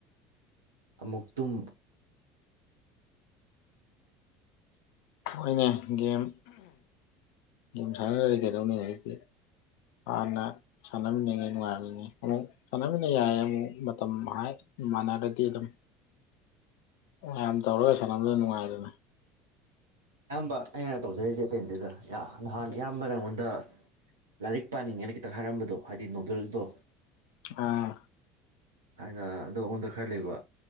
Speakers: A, on the right; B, on the left.
A: ꯑꯃꯨꯛ ꯇꯨꯝ
B: ꯍꯣꯏꯅꯦ ꯒꯦꯝ ꯒꯦꯝ ꯁꯥꯟꯅꯔꯗꯤ ꯀꯩꯗꯧꯅꯤ ꯍꯧꯖꯤꯛꯇꯤ ꯍꯥꯟꯅ ꯁꯥꯟꯅꯃꯤꯟꯅꯉꯩ ꯅꯨꯡꯉꯥꯏꯕꯅꯤ ꯑꯃꯨꯛ ꯁꯥꯟꯅꯃꯤꯟꯅ ꯌꯥꯏ ꯑꯃꯨꯛ ꯃꯇꯝ ꯍꯥꯏ ꯃꯥꯟꯅꯔꯗꯤ ꯑꯗꯨꯝ ꯃꯌꯥꯝ ꯇꯧꯔꯒ ꯁꯥꯟꯅꯕꯗ ꯅꯨꯡꯉꯥꯏꯗꯅ
A: ꯑꯌꯥꯝꯕ ꯑꯩꯅ ꯇꯧꯖꯔꯤꯁꯦ ꯑꯇꯩ ꯅꯠꯇꯦꯗ ꯅꯍꯥꯟ ꯑꯌꯥꯝꯕ ꯅꯪꯉꯣꯟꯗ ꯂꯥꯏꯔꯤꯛ ꯄꯥꯅꯤꯡꯉꯦꯅ ꯈꯤꯇꯪ ꯍꯥꯏꯔꯝꯕꯗꯣ ꯍꯥꯏꯗꯤ ꯅꯣꯕꯦꯜꯗꯣ
B: ꯑꯥ
A: ꯍꯥꯏꯅ ꯑꯗꯣ ꯑꯩꯉꯣꯟꯗ ꯈꯔ ꯂꯩꯕ